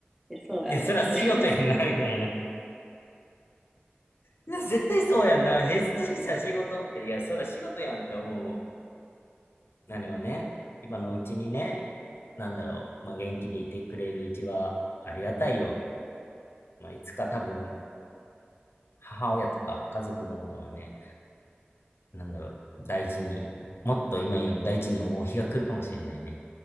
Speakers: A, in the centre; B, on the left.
A: いや、そうやろって。
B: いや、そら仕事やんな、みたいな。いや、絶対そうやんな。
A: うん
B: 平日にさ、仕事って。いや、そら仕事やんって思うもん。なればね、今のうちにね、なんだろう、まあ、元気でいてくれるうちはありがたいよ。まあ、いつか多分、母親とか家族のことはね、なんだろう、大事に、もっと今よりも大事に思う日が来るかもしれないね。